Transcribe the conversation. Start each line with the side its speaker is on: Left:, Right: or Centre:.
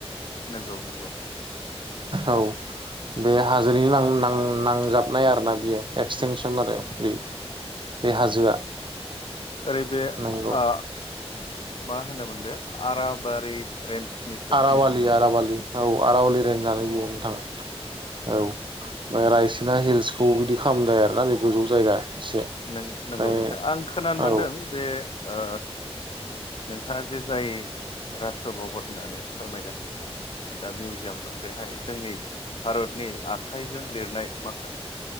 Left: नंगौ नंगौ
Right: औ बे हाजोनि नां नां नांजाबनाय आरोना। बेयो एक्सटेनसन आरो बे बे हाजोआ
Left: ओरै बे
Right: नंगौ
Left: आ मा होनोमोन बे आराबारि रेन्जनिफ्राय
Right: आराबालि
Left: फैनाय नामा
Right: आराबालि
Left: बे
Right: औ आरवालि रेन्जआनो बियो नोंथां। औ ओमफ्राय रायसिना हिल्सखौ बिदि खालामदों आरोना बे गोजौ जायगा एसे
Left: नों
Right: ओमफ्राय
Left: नंगौ नोंथां आं खोनानो मोनदों
Right: औ
Left: बे ओ। नोंथाङा जे जाय राष्ट्र भबन होननानै फोरमायगासिनो दा मिउजियाम बेहाय जोंनि भारतनि आखाइजों लिरनाय माखासे